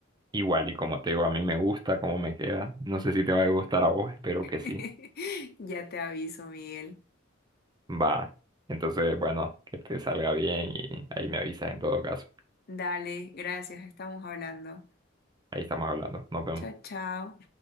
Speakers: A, on the right; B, on the left.
A: igual y como te digo, a mí me gusta cómo me queda. No sé si te va a gustar a vos, espero que sí.
B: <laughs> Ya te aviso, Miguel.
A: Va. Entonces, bueno, que te salga bien y ahí me avisas en todo caso.
B: Dale, gracias, estamos hablando.
A: Ahí estamos hablando. Nos vemos.
B: Chao, chao.